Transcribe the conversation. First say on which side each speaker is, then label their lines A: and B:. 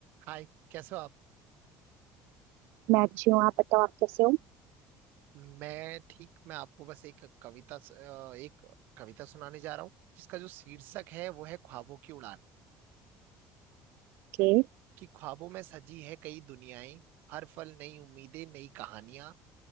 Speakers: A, on the right (about 55°); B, on the right (about 70°).
A: हाय कैसे हो आप
B: मैं अच्छी हूँ आप बताओ आप कैसे हो
A: मैं ठीक मैं आपको बस एक कविता स- अ, एक कविता सुनाने जा रहा हूँ जिसका जो शीर्षक है वो है ख्वाबों की उड़ान
B: ओके
A: कि ख्वाबों में सजी है कई दुनियाएं हर पल नई उम्मीदें नई कहानियां